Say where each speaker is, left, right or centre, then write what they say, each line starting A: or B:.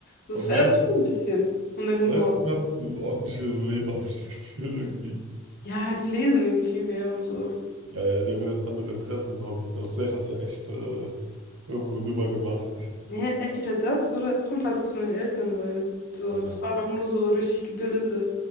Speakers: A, on the left; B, on the right.
A: So,
B: Aber
A: das verändert
B: meistens,
A: sich schon ein bisschen. Und dein Humor.
B: meistens haben die so ein ordentliches Leben, <laughs> habe ich das Gefühl irgendwie.
A: Ja, die lesen irgendwie viel mehr und so.
B: Ja, ja, die haben ganz andere Interessen und Hobbys. Also vielleicht hat sie echt äh, irgendwo dümmer gemacht. <laughs>
A: Naja, entweder das oder es kommt halt so von den Eltern, weil so,
B: Ja,
A: es waren auch nur so richtig gebildete